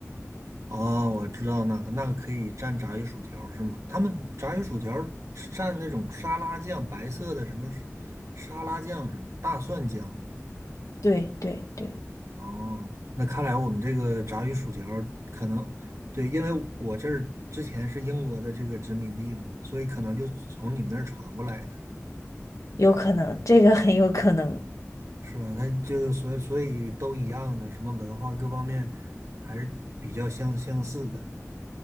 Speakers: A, on the right (about 70°); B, on the left (about 85°).
A: 啊，我知道那个，那个可以蘸炸鱼薯条是吗？他们炸鱼薯条是蘸那种沙拉酱，白色的什么沙拉酱，什么大蒜酱。
B: 对对对，
A: 哦，那看来我们这个炸鱼薯条儿可能对，因为我这儿之前是英国的这个殖民地嘛，所以可能就从你们那儿传过来的，
B: 有可能，这个很有可能。
A: 是吧？它就所以所以都一样的，什么文化各方面还是比较相相似的。